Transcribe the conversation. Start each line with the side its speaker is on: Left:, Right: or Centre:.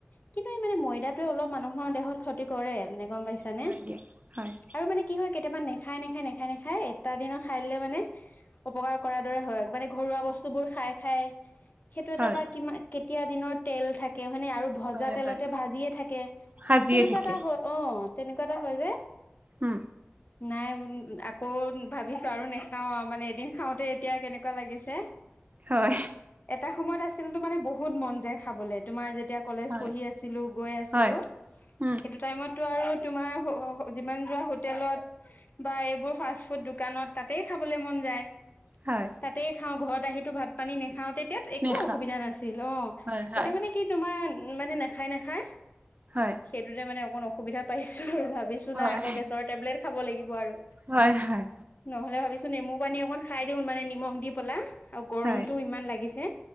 Left: কিন্তু এই মানে ময়দাটোৱে অলপ মানুহৰ দেহত ক্ষতি কৰে মানে গম পাইছা নে
Right: হয় দিয়া হয়
Left: আৰু মানে কি হয় কেতিয়াবা নেখাই নেখায় -নেখাই- নেখায় এটা দিনত খাই দিলে মানে উপকাৰ কৰাৰ দৰে হয় মানে ঘৰুৱা বস্তুবোৰ খাই- খাই সেইটো এটা
Right: হয়
Left: বা কিমা কেতিয়া দিনৰ তেল থাকে হয়নে আৰু ভজা
Right: হয়
Left: তেলতে
Right: হয়
Left: ভাজিয়ে থাকে
Right: সাজিয়ে
Left: তেনেকুৱা
Right: থাকে
Left: এটা হয় অ'। তেনেকুৱা এটা হয় যে।
Right: হম।
Left: নাই আকৌ ভাবিছো আৰু নাখাও আৰু মানে এদিন খাওঁতে এতিয়া কেনেকুৱা লাগিছে।
Right: হয়
Left: এটা সময়ত আছিল তো মানে বহুত মন যায় খাবলে তোমাৰ যে তিয়া কলেজ
Right: হয়
Left: পঢ়ি আছিলো গৈ আছিলো
Right: হয় উম
Left: সেইটো টাইমত আৰু তোমাৰ যিমান যোৱা হোটেলত বা এইবোৰ ফাচ ফুড দোকানত তাতেই খাবলৈ মন যায়
Right: হয়
Left: তাতেই খাওঁ ঘৰত আহিটো ভাত পানী নেখাওঁ তে তেতিয়া একো
Right: মেখা
Left: অসুবিধা নাছিল অ'
Right: হয় হয়
Left: এতিয়া মানে কি তোমাৰ মানে নাখায়-নাখায়
Right: হয়
Left: সেইটোতে মানে অকণ অসুবিধা পাইছো। ভাবিছো
Right: হয়
Left: নাই আকৌ গেছৰ টেবলেট খাব লাগিব আৰু।
Right: হয় হয়
Left: নহ'লে ভাবিছো নেমু পানী অকণ খাই দিওঁ মানে নিমখ দি পেলা। আৰু গৰমতটো
Right: হয়
Left: ইমান লাগিছে